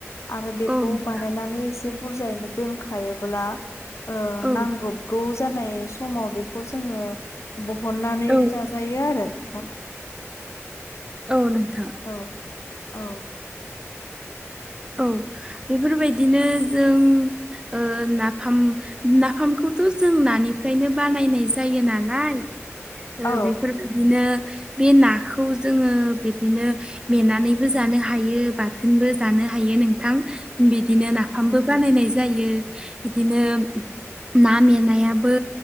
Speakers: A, on the left; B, on the right.
A: आरो बेखौ
B: औ नोंथां
A: बानायनानै एसे बुरजायैनो दोनखायोब्ला ओ
B: औ
A: नांब्रबगौ जानाय समाव बेखौ जोङो बहननानै
B: औ
A: जाजायो आरो नोंथां
B: औ नोंथां
A: औ औ
B: औ बेफोरबायदिनो जों नाफाम नाफामखौथ' जों नानिफ्रायनो बानायनाय जायो नालाय
A: औ
B: बेफोर बिदिनो बे नाखौ जोङो बिदिनो मेनानैबो जानो हायो बाथोनबो जानो हा हायो नोंथां बिदिनो नाफामबो बानायनाय जायो बिदिनो ना मेंनायाबो